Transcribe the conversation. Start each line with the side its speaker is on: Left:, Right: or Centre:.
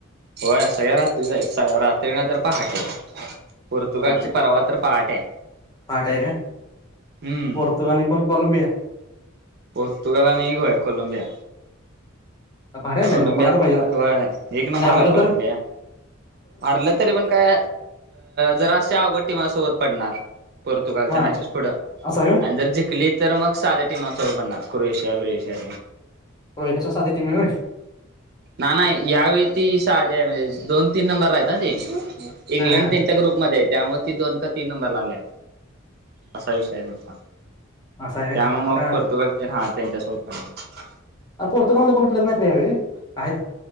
Right: होय सगळ्या रात्रीच रात्री ना तर पहाटे. पोर्तुगालची
Left: पहाटे होय.
Right: पर्वातर पहाटे आहे
Left: पहाटे आहे काय
Right: हम्म.
Left: पोर्तुगाल आणि कोण कोलंबिया.
Right: पोर्तुगाल आणि गय कोलंबिया.
Left: भारी आहे मॅच
Right: कोलंबिया
Left: मग बघायला पाहिजेल
Right: एक
Left: आणि
Right: नंबरला
Left: हारलं
Right: कोलंबिया.
Left: तर
Right: हारलं तरी पण काय जरा त्यावर टीमा सोबत पडणार, पोर्तुगालच्या
Left: हा
Right: मॅचेस पुढे
Left: असं आहे
Right: जरा जिंकली तर मग साड सो पण कुरविशिया प्रिशया
Left: व्हय साधी टीम आहे व्हय
Right: ना नाही या्यावेळी ती साध्या आहे म्हणजे दोन तीन नंबर रा आहेत ना ते. इंग्लंड
Left: हा हा
Right: तीनच्या ग्रुपमध्येध्ये त्यामुळे ती दोन का तीन नंबर ला आल्या आहेत. असा विषय आहे त्यांचा.
Left: हा सा आहे रे
Right: त्यामुळे मग
Left: अका
Right: पोर्तुगाल हा त्यांच्यासोबत पण हाय.
Left: पोर्तुगालध्ये कोण प्लेअर नाही का यावेळी, का आहेत?